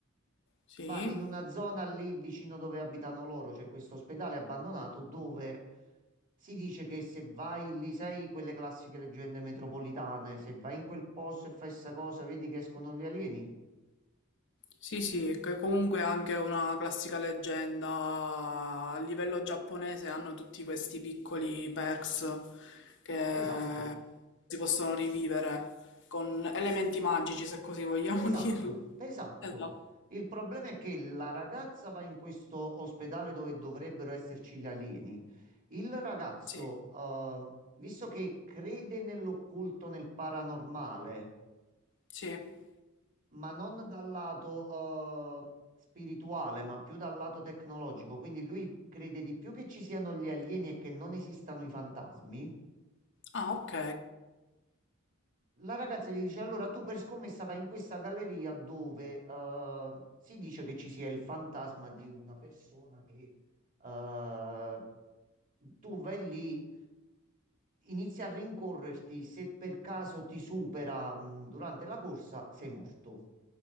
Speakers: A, on the left (about 60°); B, on the right (about 40°).
A: Sì.
B: va in una zona lì vicino dove abitano loro, c'è questo ospedale abbandonato dove si dice che se vai lì, sai quelle classiche leggende metropolitane, se vai in quel posto e fai sta cosa, vedi che escono gli alieni.
A: Sì, sì, che comunque è anche una classica leggenda. A livello giapponese hanno tutti questi piccoli perks che
B: Esatto.
A: si possono rivivere con elementi magici, se così vogliamo
B: Esatto,
A: <laughs> dirli.
B: esatto.
A: Esatto.
B: Il problema è che la ragazza va in questo ospedale dove dovrebbero esserci gli alieni. Il ragazzo,
A: Sì,
B: eh, visto che crede nell'occulto, nel paranormale,
A: sì.
B: ma non dal lato, eh, spirituale, ma più dal lato tecnologico, quindi lui crede di più che ci siano gli alieni e che non esistano i fantasmi.
A: Ah, ok,
B: La ragazza gli dice: Allora tu per scommessa vai in questa galleria dove eh, si dice che ci sia il fantasma di una persona che eh, tu vai lì, inizi a rincorrerti. Se per caso ti supera mh, durante la corsa, sei morto.